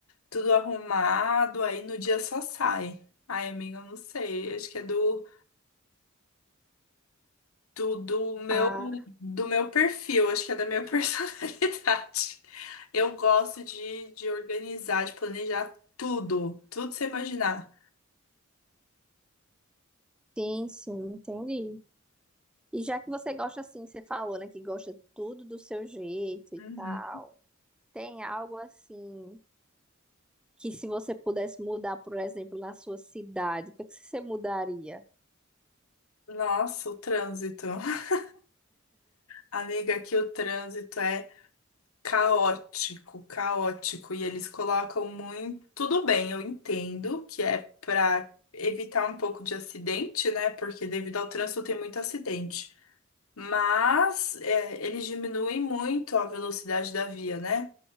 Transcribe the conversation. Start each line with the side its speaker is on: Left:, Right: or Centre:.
Left: tudo arrumado, aí no dia só sai. Ai, amiga, eu não sei. Acho que é do do, do meu
Centre: ah,
Left: do meu perfil, acho que é da minha <laughs> personalidade. Eu gosto de, de organizar, de planejar tudo, tudo que você imaginar.
Centre: sim, sim, entendi. E já que você gosta, assim, você falou, né, que gosta tudo do seu jeito e
Left: Uhum.
Centre: tal. Tem algo assim que se você pudesse mudar, por exemplo, na sua cidade, o que é que você mudaria?
Left: Nossa, o trânsito. <laughs> Amiga, aqui o trânsito é caótico, caótico. E eles colocam muito. Tudo bem, eu entendo que é para evitar um pouco de acidente, né? Porque devido ao trânsito tem muito acidente. Mas é, eles diminuem muito a velocidade da via, né?